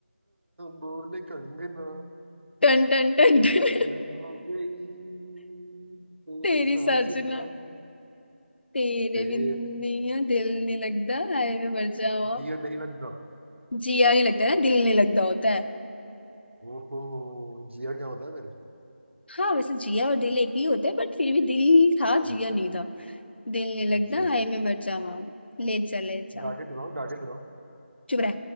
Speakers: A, on the right; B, on the left.
A: बोले कंगना
B: टन टन टन टन
A: पागल हो गई तेरी
B: तेरी
A: साजना
B: साजना तेरे
A: तेरी
B: बिन नहीं है, दिल नहीं लगता हाय मैं मर जावा
A: दिया नहीं लगता
B: जिया नहीं लगता ना दिल नहीं लगता होता है
A: ओहो जिया क्या होता है फिर
B: हाँ वैसे जिया और दिल एक ही होता है बट फिर भी दिल था
A: वाह,
B: जिया नहीं था दिल नहीं लगता
A: अच्छा
B: हाय मैं मर जावा ले जा ले जा
A: गा के सुनाओ गा के सुनाओ
B: चुप रह